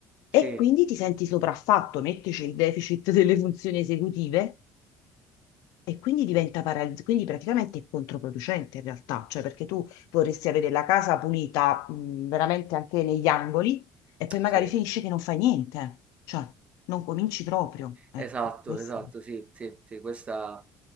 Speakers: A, on the right; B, on the left.
A: Sì,
B: e quindi ti senti sopraffatto, mettici il deficit <laughs> delle funzioni esecutive, e quindi diventa paralizzante, quindi praticamente è controproducente in realtà, cioè perché tu vorresti avere la casa pulita, mh, veramente anche negli angoli, e poi magari
A: sì.
B: finisci che non fai niente, cioè non cominci proprio, ecco,
A: Esatto,
B: questo.
A: esatto, sì, sì, sì, questa,